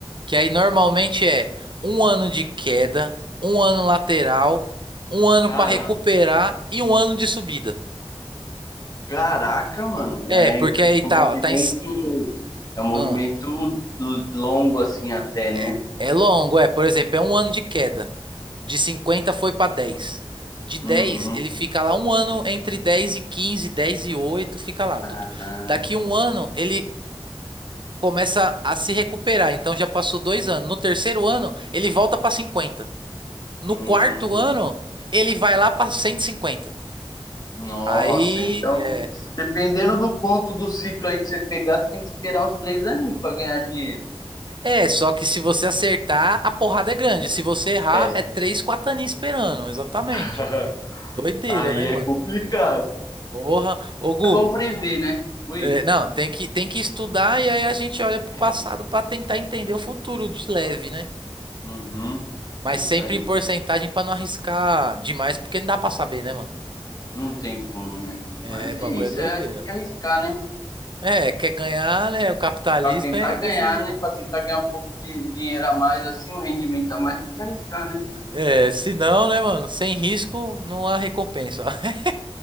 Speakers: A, on the right; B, on the left.
A: Que aí normalmente é um ano de queda, um ano lateral, um ano
B: Cara,
A: para recuperar e um ano de subida.
B: caraca, mano.
A: É,
B: É,
A: porque
B: então
A: aí tá,
B: é um movimento.
A: ó, tá em. s-
B: É um movimento
A: Ahn.
B: l- longo assim até,
A: É,
B: né?
A: é longo, é. Por exemplo, é um ano de queda. De 50 foi para 10. De dez
B: Uhum.
A: ele fica lá um ano entre 10 e 15, 10 e 8 fica lá.
B: Ah,
A: Tu- tu- Daqui um ano, ele começa a se recuperar. Então já passou dois anos. No terceiro ano, ele volta para 50. No
B: hum,
A: quarto ano, ele vai lá para 150.
B: nossa,
A: Aí,
B: então,
A: é,
B: dependendo do ponto do ciclo aí que você pegar, você tem que esperar uns três aninhos para ganhar dinheiro.
A: é, só que se você acertar, a porrada é grande. Se você errar,
B: É.
A: é 3 4 aninhos esperando. Exatamente.
B: <laughs>
A: Doideira,
B: Aí
A: né, mano?
B: é complicado.
A: Porra, ô Gu,
B: É bom prever, né? Ui.
A: é, não, tem que, tem que estudar e aí a gente olha pro
B: É.
A: passado pra tentar entender
B: você-
A: o futuro de leve, né?
B: Uhum.
A: Mas
B: É isso
A: sempre
B: aí.
A: em porcentagem pra não arriscar demais, porque não dá pra saber, né, mano?
B: Não tem como, né?
A: É,
B: Mas
A: o
B: é
A: bagulho
B: isso,
A: é doideira.
B: é, tem que arriscar, né?
A: É, quer ganhar, né? O capitalismo
B: Pra tentar
A: é
B: ganhar,
A: desse jeito.
B: né? Pra tentar ganhar um pouco de dinheiro a mais, assim, um rendimento a mais, tem que arriscar, né?
A: É, se não, né, mano? Sem risco não há recompensa. <laughs>